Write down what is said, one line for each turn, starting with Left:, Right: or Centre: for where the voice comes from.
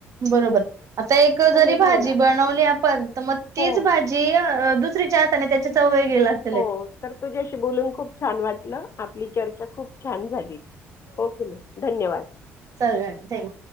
Right: बरोबर आता एक जरी
Left: वेगवेगळा.
Right: भाजी बनवली आपण तर म. तीच
Left: हो,
Right: भाजी अ दुसरीच्या हाताने त्याची चवय गेलाते.
Left: हो तर तुझ्याशी बोलून खूप छान वाटलं आपली चर्चा खूप छान झाली. ओके मॅ धन्यवाद.
Right: चला थँक्यू.